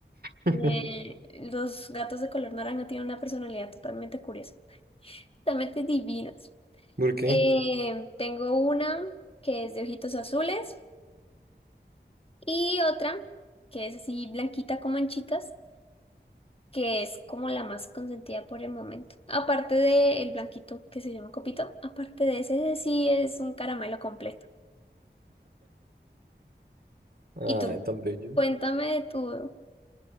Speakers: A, on the right; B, on the left.
A: <laughs>
B: Eh, los gatos de color naranja tienen una personalidad totalmente curiosa, totalmente divinos.
A: ¿Por qué?
B: Eh, tengo una que es de ojitos azules y otra que es así blanquita con manchitas, que es como la más consentida por el momento. Aparte del blanquito que se llama Copito, aparte de ese, ese sí es un caramelo completo.
A: Ay,
B: ¿Y tú?
A: tan bellos.
B: Cuéntame de tu